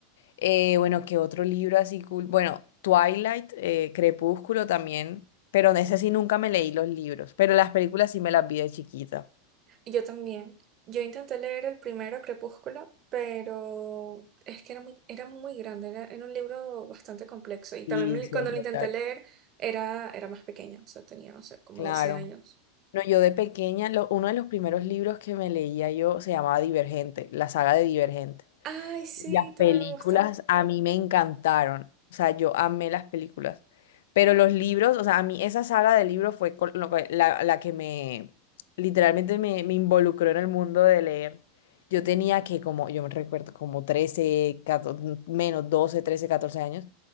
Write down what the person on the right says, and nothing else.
yo también. Yo intenté leer el primero Crepúsculo, pero es que era muy, era muy grande, era, era un libro bastante complejo. Y también
me-
cuando
lo
intenté leer era, era más pequeña, o sea, tenía, no sé, como
12 años.
Ay, sí,
también
me gusta.